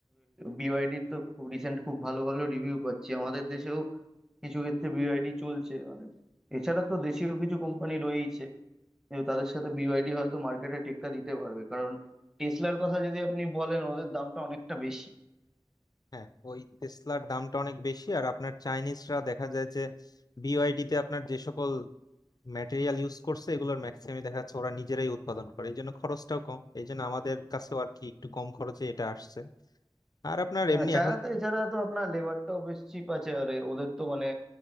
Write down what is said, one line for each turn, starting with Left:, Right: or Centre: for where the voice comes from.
Centre: বিওয়াইডির তো খুব রিসেন্ট খুব ভালো ভালো রিভিউ পাচ্ছি আমাদের দেশেও কিছু ক্ষেত্রে বিওয়াইডি চলছে মানে এছাড়া তো দেশীয় কিছু কোম্পানি রয়েইছে কিন্তু তাদের সাথে বিওয়াইডি হয়তো মার্কেটে টেক্কা দিতে পারবে কারণ টেসলার কথা যদি আপনি বলেন ওদের দামটা অনেকটা বেশি
Left: হ্যাঁ ওই টেসলার দামটা অনেক বেশি আর আপনার চাইনিজরা দেখা যায় যে বিওআইডি তে আপনার যে সকল ম্যাটেরিয়াল ইউজ করছে এগুলোর ম্যাক্সিমাম দেখা যাচ্ছে ওরা নিজেরাই উৎপাদন করে এই জন্য খরচটাও কম এই জন্য আমাদের কাছেও আর কি একটু কম খরচে এটা আসছে আর আপনার
Centre: হ্যাঁ
Left: এমনি
Centre: চায়নাতে
Left: এখন
Centre: এছাড়া তো আপনার লেবারটাও বেশ চিপ আছে আর এ- ওদের তো মানে